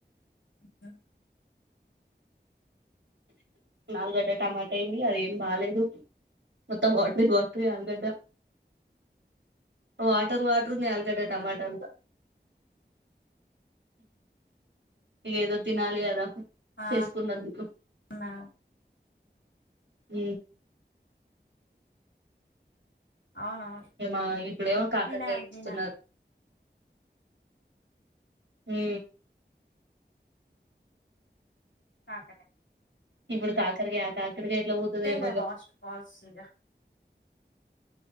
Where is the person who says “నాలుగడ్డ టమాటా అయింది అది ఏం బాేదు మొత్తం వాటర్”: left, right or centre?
Right